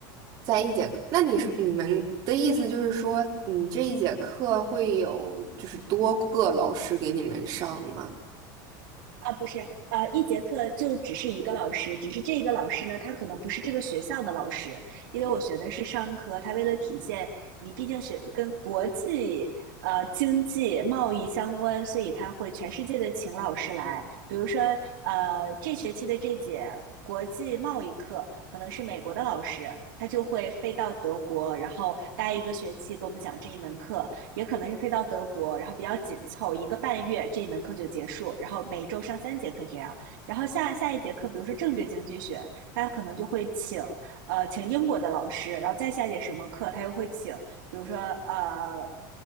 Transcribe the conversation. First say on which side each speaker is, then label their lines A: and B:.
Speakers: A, on the right (about 35°); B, on the right (about 75°).
A: 在一节课，那你是你们的意思就是说，你这一节课会有就是多个老师给你们上吗？
B: 啊，不是，呃，一节课就只是一个老师，只是这一个老师呢，他可能不是这个学校的老师，因为我学的是商科，他为了体现你毕竟学跟国际呃经济贸易相关，所以他会全世界的请老师来，比如说呃这学期的这节国际贸易课可能是美国的老师，他就会飞到德国，然后待一个学期给我们讲这一门课，也可能是飞到德国，然后比较紧凑，一个半月这一门课就结束，然后每周上三节课这样。然后下下一节课，比如说政治经济学，他可能就会请呃请英国的老师，然后再下一节什么课，他又会请，比如说呃